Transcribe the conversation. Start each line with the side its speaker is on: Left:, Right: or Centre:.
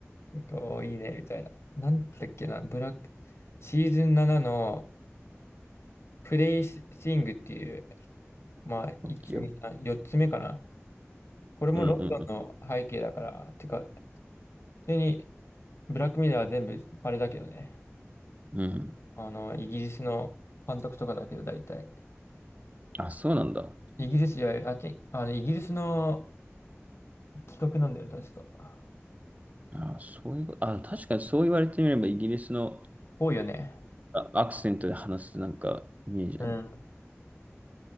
Left: こう、いいね、みたいな。なんだっけな、ブラック、シーズン7の、プレイスイングっていう、まあ、
Right: オッケーオッケ
Left: 1、2、3、4つ目かな。これもロンドンの背景だから、
Right: ーうんうん
Left: てか、普通にブラックミラーは全部、あれだけどね。
Right: うん。うん。
Left: あの、イギリスの監督とかだけど、大体。
Right: あ、そうなんだ。
Left: イギリス、いや、あっち、あの、イギリスの企画なんだよ、確か。
Right: あ、そういうこと、あ、確かにそう言われてみれば、イギリスの
Left: 多いよね。
Right: あアクセントで話すなんかイメージある。
Left: うん。